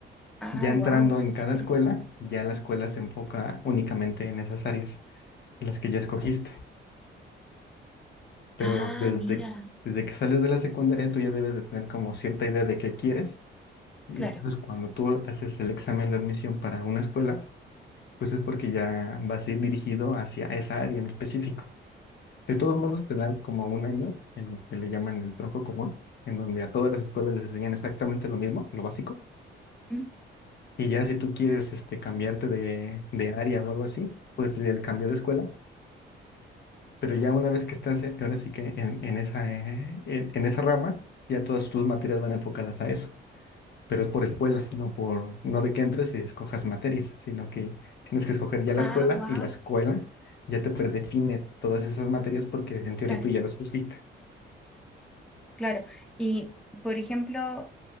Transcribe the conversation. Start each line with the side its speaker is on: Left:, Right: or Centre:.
Centre: Ah,
Left: Ya entrando
Centre: wow,
Left: en cada
Centre: específico.
Left: escuela, ya la escuela se enfoca únicamente en esas áreas, en las que ya escogiste. Pero
Centre: Ah,
Left: desde,
Centre: mira,
Left: desde que sales de la secundaria tú ya debes de tener como cierta idea de qué quieres. Y
Centre: claro.
Left: entonces cuando tú haces el examen de admisión para una escuela, pues es porque ya vas a ir dirigido hacia esa área en específico. De todos modos te dan como un año en lo que le llaman el tronco común, en donde a todas las escuelas les enseñan exactamente lo mismo, lo básico.
Centre: Mm.
Left: Y ya si tú quieres este, cambiarte de, de área o algo así, puedes pedir el cambio de escuela Pero ya una vez que estás, eh, ahora sí que en, en esa, eh, en, en esa rama, ya todas tus materias van enfocadas a eso. Pero es por escuela, no por, no de que entres y escojas materias, sino que tienes que escoger ya la
Centre: Ah,
Left: escuela
Centre: wow,
Left: y la escuela ya te predefine todas esas materias porque en teoría
Centre: claro,
Left: tú ya las escogiste.
Centre: claro. Y, por ejemplo,